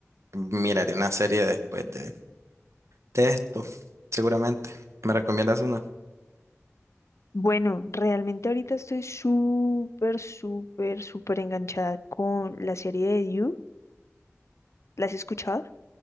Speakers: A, on the right; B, on the left.
A: miraré una serie después de, de esto, seguramente. ¿Me recomiendas una?
B: Bueno, realmente ahorita estoy súper, súper, súper enganchada con la serie de You. ¿La has escuchado?